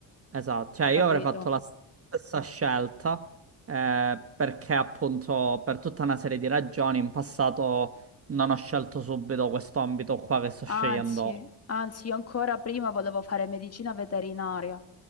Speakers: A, on the right; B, on the left.
A: Esatto, cioè io
B: capito?
A: avrei fatto la stessa scelta eh, perché appunto per tutta una serie di ragioni in passato non ho scelto subito questo ambito qua che sto scegliendo,
B: Anzi,
A: ora,
B: anzi, io ancora prima volevo fare medicina veterinaria,